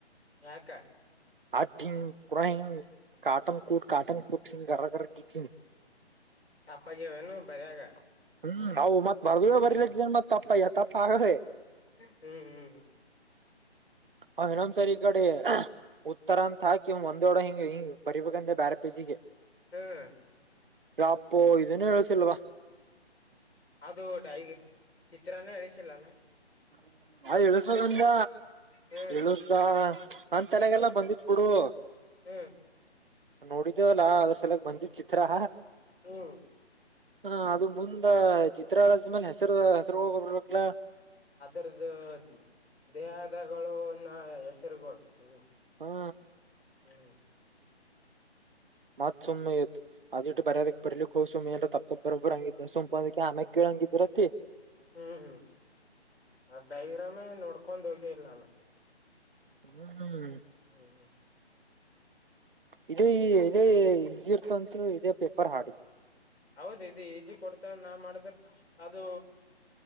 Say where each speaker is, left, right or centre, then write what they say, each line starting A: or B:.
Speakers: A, on the left; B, on the right.
A: ಯಾಕ.
B: ಆಟ ಹಿಂಗ್ ಪೂರ ಹಿಂಗ್ ಕಟನ್ ಕೂಟ್ ಕಾಟನ್ ಕೂಟ್ ಹಿಂಗ್ ಗರ ಗರ ಗೀಚಿನ್.
A: ತಪ್ಪಆಗ್ಯಾವೇನು ಬರ್ಯಾಗ.
B: ಹ್ಮ್ ಅವ್ವು ಮತ್ತ ಮರ್ದಿನ
A: ಹ್ಮ್
B: ಬರ್ಲತ್ತೇದ ಮತ್ ತಪ್ಪಯ ತಪ್ಪ ಆಗವೆ.
A: ಹ್ಮ್ ಹ್ಮ್
B: ಅವ ಇನ್ನೊಂದ ಸರಿ ಈಕಡಿ ಉತ್ತರ ಅಂತ ಹಾಕಿ ಒಂದೋಡ ಹಿಂಗ ಹಿಂಗ ಬರಿಬೇಕಂದೆ ಬ್ಯಾರ್ ಪೇಜಿಗೆ.
A: ಹ್ಮ್
B: ಎಪ್ಪೋ ಇದನ್ನ ಇಳಸಿಲ್ಲ ಅವ್ವ.
A: ಅದು ಡೈಗೆ ಚಿತ್ರನೇ ಇಳಿಸಿಲ್ಲ ಅಲ್ಲ.
B: <inaudible> ಐಇ ಇಳಸದಂದ
A: ಹ್ಮ್
B: ಇಳಸ್ದ ನಂದ ತಲೆಗೆಲ್ಲ ಬಂದತ್ ಬಿಡು.
A: ಹ್ಮ್
B: ನೋಡಿದೇವಲ್ಲಾ ಅದುರ ಸಲಕ್ ಬಂದಿತ್ತ ಚಿತ್ರಾ.
A: ಹ್ಮ
B: ಹ ಅದು ಮುಂದ ಚಿತ್ರ ಇಳಿಸಿದ ಮೇಲೆ ಹೆಸರು ಹೆಸರಗೋಳ ಬರ್ಬೇಕಲಾ.
A: ಅದರ್ದು ದೇಹದಗಳು ನ ಹೆಸರುಗಳು ಹ್ಮ.
B: ಹಾ
A: ಹ್ಮ್
B: ಮತ್ ಸುಮ್ಮ ಆಗ್ಯಾತ್ತ. ಅದು ಬಿಟ್ಟ ಬರ್ಯದಕ್ ಬರ್ಲಿಕ್ಕೆ ಹೋ ಸುಮ್ ಏನಾರ ತಪ್ಪಪ್ಪ ಬೊಬ್ಬರು ಹಂಗಿದ ಸುಮ ಅದಕ್ಕೆ ಆಮೇಲೆ ಕೇಳಂಗೆ ಇದೀರಿ ಅಂತ.
A: ಹ್ಮ್ ಅದ ಡೈಗ್ರಾಮೇ ನೋಡ್ಕೊಂಡ ಹೋಗೆ ಇಲ್ಲ ನಾನ.
B: ಹ್ಮ್
A: ಹ್ಮ್ ಹ್ಮ್
B: ಇದು ಇದೇ ಈಸಿ ಇರ್ತದ ಅನ್ಕೊಂಡ ಇದೇ ಪೇಪರ್ ಹಾರ್ಡ್ ಇತ್ತ.
A: ಹೌದು ಇದು ಈಜಿ ಕೊಡ್ತ ನಾ ಮಾಡಿದ್ರ ಅದು.